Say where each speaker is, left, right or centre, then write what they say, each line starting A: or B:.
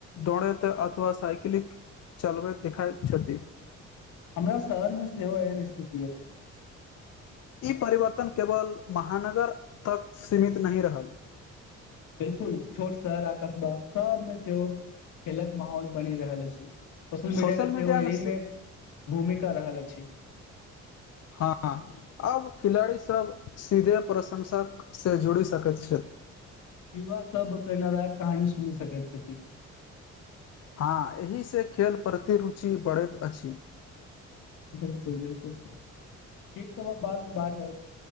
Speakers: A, on the left; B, on the left.
A: दौड़ैत अथवा साइकिल क्लिक चलबैत देखाइत छथि
B: हमरा शहर मे सेहो एहन स्थित
A: ई परिवरतन केवल महानगर तक सीमित नहि रहल
B: बिलकुल छोट शहर आ कस्बा सबमे सेहो खेलक माहौल बनि रहल अछि सोशल मीडिय
A: सोशल
B: के
A: मीडिया
B: सेहो एहिमे
A: मे से
B: भूमिका रहल अछि
A: हँ आब खिलाड़ी सब सीधे प्रशंसक से जुड़ी सकैत छथि
B: युवा सभ प्रेरणादायक कहानी सुनि सकैत छथि
A: हँ एहिसँ खेल प्रति रुचि बढ़ैत अछि
B: बिलकुल बिलकुल ठीक त बादमे बात होत